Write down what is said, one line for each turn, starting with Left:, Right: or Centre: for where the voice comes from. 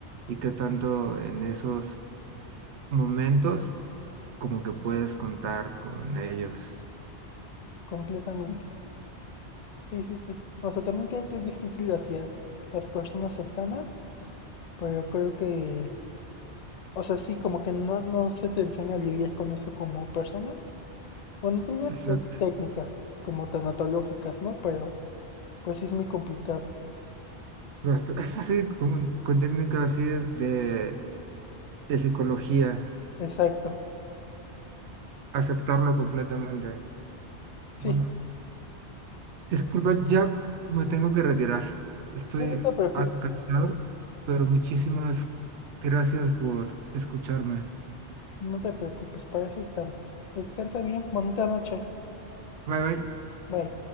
Right: y qué tanto en esos momentos como que puedes contar con ellos.
Left: Completamente. Sí, sí, sí. O sea, también creo que es difícil hacia las personas cercanas, pero creo que O sea, sí, como que no, no se te enseña a lidiar con eso como persona. Bueno, tal vez
Right: Exacto.
Left: sí hay técnicas como tanatológicas, ¿no? Pero pues sí es muy complicado.
Right: Bast- <laughs> Así con, con técnicas así de, de psicología,
Left: Exacto.
Right: aceptarlo completamente.
Left: Sí,
Right: Bueno, Disculpa, ya me tengo que retirar. Estoy
Left: sí, no te preocupes,
Right: algo cansado, pero muchísimas gracias por escucharme.
Left: no te preocupes, para eso estamos. Descansa bien, bonita noche.
Right: Bye bye.
Left: Bye.